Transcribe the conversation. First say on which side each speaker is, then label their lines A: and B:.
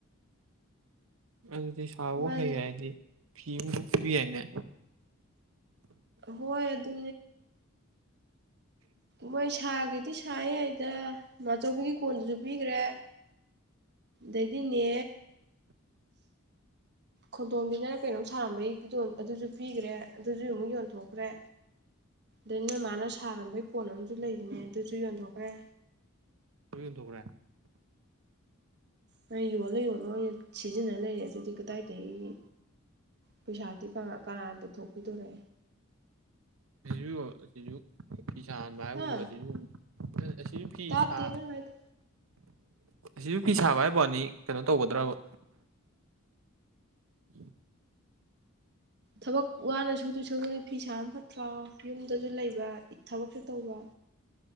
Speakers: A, on the right; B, on the right.
A: ꯑꯗꯨꯗꯤ ꯁꯥꯕ
B: ꯃꯥꯗꯤ
A: ꯍꯩ ꯍꯥꯏ ꯍꯥꯏꯗꯤ ꯐꯤ ꯑꯃꯕꯨ ꯄꯤꯕꯤ ꯍꯥꯏꯏꯅꯦ
B: ꯍꯣꯏ ꯑꯗꯨ
A: <unintelligible>
B: ꯃꯣꯏ ꯁꯥꯒꯤꯗꯤ ꯁꯥ ꯌꯥꯏꯗ ꯃꯥꯆꯧꯕꯤꯒꯤ ꯀꯣꯟꯗꯨꯁꯨ ꯄꯤꯈ꯭ꯔꯦ ꯗꯩꯗꯤꯅꯦ ꯈꯣꯟꯗꯣꯝꯕꯤꯅ ꯀꯩꯅꯣꯝ ꯁꯥꯝꯕꯩ ꯑꯗꯨꯁꯨ ꯄꯤꯈ꯭ꯔꯦ ꯑꯗꯨꯁꯨ ꯑꯃꯨꯛ ꯌꯣꯟꯊꯣꯛꯈ꯭ꯔꯦ ꯑꯩꯅ ꯃꯥꯅ ꯁꯥꯔꯝꯕꯩ ꯀꯣꯟ ꯑꯃꯁꯨ ꯂꯩꯕꯅꯦ ꯑꯗꯨꯁꯨ ꯌꯣꯟꯊꯣꯛꯈ꯭ꯔꯦ
A: ꯇꯟ ꯇꯈ꯭ꯔꯦ
B: ꯅ ꯌꯣꯜꯂꯣ ꯌꯣꯜꯂꯣꯏ ꯁꯤꯖꯤꯟꯅ ꯂꯩꯔꯦ ꯑꯗꯨꯗꯤ ꯀꯗꯥꯏꯗꯒꯤ ꯄꯩꯁꯥꯗꯤ ꯀꯅꯥ ꯄꯨꯊꯣꯛꯄꯤꯗꯣꯔꯦ
A: ꯁꯤꯁꯨ ꯁꯤꯁꯨ ꯀꯤꯁꯥꯟ ꯍꯥꯏꯕꯕꯨ
B: ꯍꯥ
A: ꯑꯁꯤꯁꯨ ꯑꯁꯤꯁꯨ ꯐꯤ
B: ꯇꯥꯞꯇꯦ
A: ꯁꯥ
B: ꯅꯪ ꯍꯥꯏꯗꯣ
A: ꯁꯤꯁꯨ ꯐꯤ ꯁꯥꯕ ꯍꯥꯏꯕꯅꯤ ꯀꯩꯅꯣ ꯇꯧꯒꯗ꯭ꯔꯕ ꯎꯝ
B: ꯊꯕꯛ ꯋꯥꯅ ꯁꯨꯗꯣꯏ ꯁꯨꯗꯗꯤ ꯐꯤꯁꯥ ꯑꯃ ꯐꯠꯇ꯭ꯔꯥ ꯌꯨꯝꯗꯁꯨ ꯂꯩꯕ ꯊꯕꯛꯁꯨ ꯇꯧꯕ